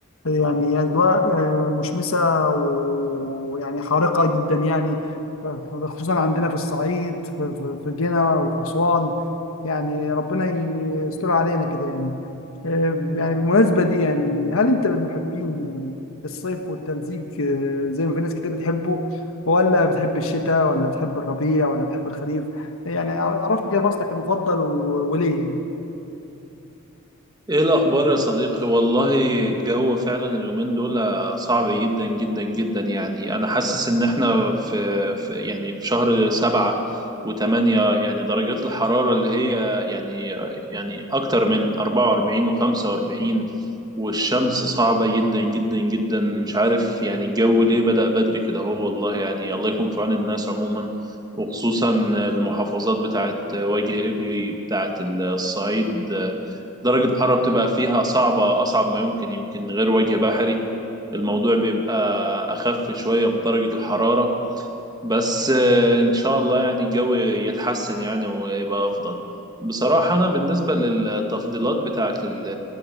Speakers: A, on the left (about 65°); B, on the right (about 20°).
A: يعني أجواء آه، مشمسة ويعني حارقة جدا يعني ف- ف- خصوصا عندنا في الصعيد في في- في جنة وفي أسوان يعني ربنا يستر علينا كده يعني آه، يعني بالمناسبة دي يعني هل أنت من محبين الصيف والتلزيق آه، زي ما في ناس كتير بتحبه ولا بتحب الشتاء ولا بتحب الربيع ولا بتحب الخريف يعني عرفت كده فصلك المفضل و- وليه يعني
B: ايه الاخبار يا صديقي والله الجو فعلا اليومين دول صعب جدا جدا جدا يعني انا حاسس ان احنا في, في يعني في شهر سبعة وثمانية يعني درجات الحرارة اللي هي يعني يعني اكتر من 44 و45 والشمس صعبة جدا جدا جدا مش عارف يعني الجو ليه بدأ بدري كده هو والله يعني الله يكون في عون الناس عموما وخصوصا المحافظات بتاعت وجه قبلي بتاعت الصعيد درجة الحرارة بتبقى فيها صعبة أصعب ما يمكن يمكن غير وجه بحري الموضوع بيبقى أخف شوية بدرجة الحرارة بس آه، إن شاء الله يعني الجو يتحسن يعني ويبقى أفضل بصراحة أنا بالنسبة للتفضيلات بتاعة ال-